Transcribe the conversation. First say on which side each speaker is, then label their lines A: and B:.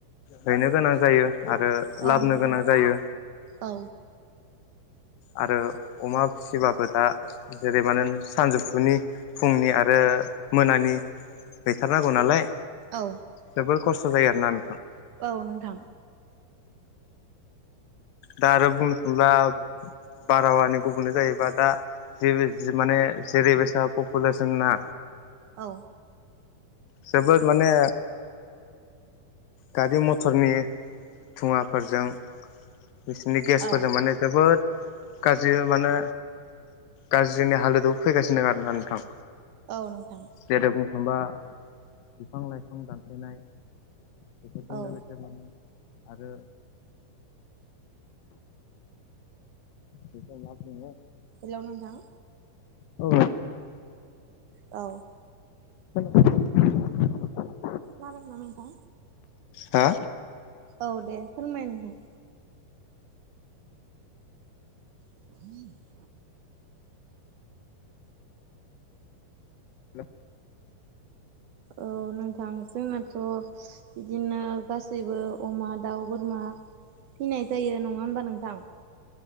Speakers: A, on the left (about 75°); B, on the right (about 70°).
A: हैनो गोनां जायो आरो लाबनो
B: औ नोंथां
A: गोनां जायो।
B: औ
A: आरो अमा फिसिबाबो दा जेरै बा नों सानजौफुनि फुंनि आरो मोनानि हैथारनांगौ नालाय
B: औ
A: जोबोर खस्थ' जायो आरोना नोंथां।
B: औ नोंथां।
A: दा आरो बुंनो थांब्ला बारहावानि गुबुंले जायोबा दा जि बि जि माने जेरैबायसा पपुलेस'ना
B: औ
A: जोबोद माने गारि मथरनि धुङाफोरजों बिसिनि गेसफोरजों
B: औ
A: माने जोबोद गाज्रिबो मानो गाज्रिनि हालोदाव फैगासिनो दों आरोना नोंथां।
B: औ नोंथां।
A: जेरै बुंनो थांबा बिफां लाइफां दानफानाय बेफोरजों
B: औ
A: लोगोसे माने आरो बेखौ मा बुङो
B: हेलौ नोंथां।
A: औ।
B: गाव
A: <unintelligible>
B: खोनादोंना नोंथां?
A: हा
B: औ दे फोरमाय नोंथां। <inaudible>
A: <unintelligible>
B: औ नोंथां जोंनाथ' बिदिनो गासैबो अमा, दाउ, बोरमा फिनाय जायो नङा होनबा नोंथां?